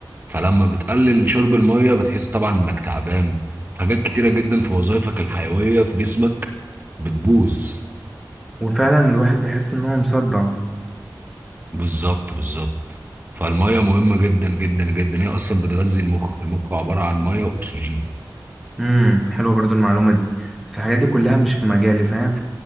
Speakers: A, on the right; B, in the centre.
A: فلما بتقلل شرب الميه بتحس طبعا انك تعبان حاجات كتيرة جدا في وظائفك الحيوية في جسمك بتبوظ
B: وفعلا الواحد بيحس ان هو مصدع
A: بالظبط بالظبط فالميه مهمه جدا جدا جدا هي اصلا بتغذي المخ المخ عباره عن ميه واكسجين
B: امم حلوه برضو المعلومه دي بس الحاجات دي كلها مش في مجالي فاهم